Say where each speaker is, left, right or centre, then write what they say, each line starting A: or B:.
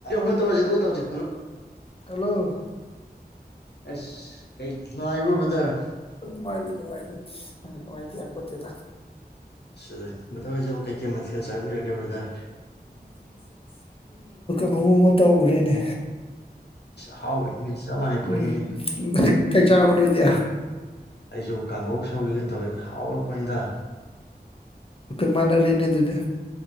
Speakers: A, on the left; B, on the left.
A: ꯨ <inaudible> ꯇꯧꯔꯖꯦ ꯑꯗꯨꯒ ꯇꯧꯔꯖꯦ
B: ꯍꯜꯂꯣ
A: ꯑꯁ ꯀꯩ ꯅꯨꯡꯉꯥꯏꯔꯤꯕꯣ ꯕꯔꯗꯔ
B: ꯅꯨꯡꯉꯥꯏꯔꯤ ꯅꯨꯡꯉꯥꯏꯔꯤ ꯎꯝ ꯅꯨꯡꯉꯥꯏꯇ ꯌꯥꯄꯣꯇꯦꯗ
A: <inaudible> ꯃꯇꯥꯎꯍꯣꯏꯖꯨ ꯀꯩꯀꯩ ꯃꯊꯦꯜ ꯆꯥꯕꯤꯔꯒꯦ ꯕꯔꯗꯔ
B: ꯃꯑꯣꯡ ꯑꯃ ꯇꯧꯈ꯭ꯔꯦꯅꯦ
A: ꯑꯁ ꯑꯍꯥꯎꯕꯅꯤꯅꯦ <inaudible> ꯆꯞꯃꯅꯩ
B: ꯎꯝ
A: ꯄꯣꯔꯩꯔꯩ
B: ꯀꯩ ꯆꯥꯔꯕ ꯅꯣꯏꯗꯤ
A: ꯑꯩꯖꯨ ꯀꯥꯡꯍꯧ ꯁꯧꯒ꯭ꯔꯤꯒ ꯇꯧꯏ ꯍꯥꯎꯒ꯭ꯔꯄꯣꯠꯅꯤꯗ
B: <inaudible> ꯃꯥꯅꯔꯦꯅꯦ ꯑꯗꯨꯗꯤ